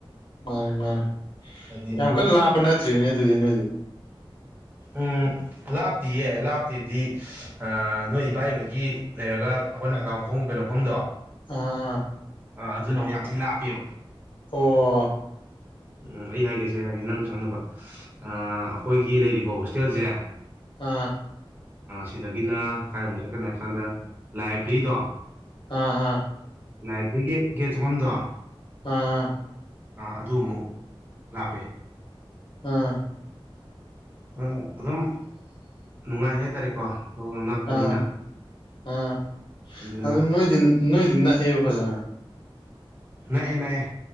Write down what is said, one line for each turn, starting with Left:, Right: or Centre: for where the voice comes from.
Left: ꯃꯥꯅꯦ ꯃꯥꯅꯦ
Right: ꯍꯥꯏꯗꯤ
Left: ꯌꯥꯝ ꯀꯟꯅ ꯂꯥꯞꯄ ꯅꯠꯇ꯭ꯔꯤꯅꯦ ꯑꯗꯨꯗꯤ ꯅꯣꯏꯗꯤ
Right: ꯎꯝ ꯂꯥꯞꯇꯤꯌꯦ ꯂꯥꯞꯇꯦꯗꯤ ꯅꯣꯏ ꯏꯄꯥꯍꯣꯏꯒꯤ ꯂꯩꯔꯒ ꯑꯩꯈꯣꯏꯅ ꯍꯪꯒꯥꯝ ꯈꯣꯡꯈꯤꯕ ꯂꯧꯐꯝꯗꯣ
Left: ꯑꯥ ꯑꯥ
Right: ꯑꯥ ꯑꯗꯨꯅ ꯑꯃꯨꯛ ꯌꯥꯝ ꯊꯤ ꯂꯥꯞꯄꯦꯕ
Left: ꯑꯣ
Right: ꯎꯝ ꯑꯩ ꯍꯥꯏꯒꯦꯁꯦ ꯑꯩ ꯍꯥꯏꯒꯁꯦ ꯅꯪ ꯈꯪꯅꯕ ꯑꯩꯈꯣꯏꯒꯤ ꯂꯩꯔꯤꯕ ꯍꯣꯁꯇꯦꯜꯁꯦ
Left: ꯑꯥ
Right: ꯁꯤꯗꯒꯤꯅ ꯀꯗꯥꯥꯏꯃꯨꯛ ꯆꯠꯀꯅꯤ ꯍꯥꯏ ꯀꯥꯟꯗ ꯂꯥꯏꯕ꯭ꯔꯤꯗꯣ
Left: ꯑꯥ ꯑꯥ
Right: ꯂꯥꯏꯕꯔꯤꯒꯤ ꯒꯦꯠ ꯆꯪꯕꯝꯗꯣ
Left: ꯑꯥ
Right: ꯑꯗꯨ ꯑꯃꯨꯛ ꯂꯥꯞꯄꯦ
Left: ꯎꯝ
Right: ꯑ ꯑꯗꯨ ꯑꯗꯨꯝ ꯅꯨꯡꯉꯥꯏ ꯍꯥꯏꯇꯥꯔꯦꯀꯣ ꯂꯧꯅ ꯅꯛꯄꯅꯤꯅ
Left: ꯑꯥ ꯑꯥ
Right: ꯑꯗꯨꯅ
Left: ꯑꯗꯨ ꯅꯣꯏꯗꯤ ꯅꯣꯏꯗꯤ ꯅꯛꯑꯦꯕ ꯐꯖꯅ
Right: ꯅꯛꯑꯦ ꯅꯛꯑꯦ